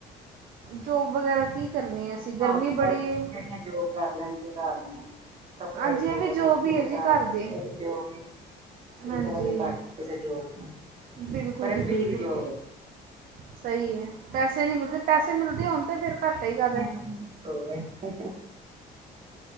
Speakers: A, on the right; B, on the right.
A: ਜੋਬ ਵਗੈਰਾ ਕੀ ਕਰਨੀ ਹੈ। ਅਸੀਂ ਗਰਮੀ
B: ਹਾਊਸ ਵਾਈਫ
A: ਬੜੀ ਹੈ।
B: ਜਿਹੜੀਆਂ ਜੋਬ ਕਰ ਲੈਂਦੇ ਘਰ ਦੀਆਂ। ਕੱਪੜੇ
A: ਹਾਂਜੀ
B: ਧੋ,
A: ਇਹ ਵੀ ਜੋਬ
B: ਰੋਟੀ
A: ਹੀ
B: ਪਾਕਾ,
A: ਹੈ ਜੀ ਘਰ ਦੀ
B: ਇਹ ਵੀ ਜੋਬ ਨੇ। ਇਹ
A: ਹਾਂਜੀ
B: ਕਿਹੜਾ ਕੋਈ ਘੱਟ ਕਿਸੇ ਜੋਬ ਤੋਂ
A: ਬਿਲਕੁਲ
B: ਪਰ ਇਹ
A: ਜੀ
B: ਫ੍ਰੀ
A: ਬਿਲਕੁਲ
B: ਦੀ ਜੋਬ ਹੈ।
A: ਸਹੀ ਹੈ। ਪੈਸੇ ਨਹੀਂ ਮਿਲਦੇ ਪੈਸੇ ਮਿਲਦੇ ਹੋਣ ਤਾਂ ਫਿਰ ਘੱਟਾ ਹੀ ਕਹਿ
B: ਇਹ
A: ਦਾ।
B: ਫ੍ਰੀ ਦੀ ਚਲੋ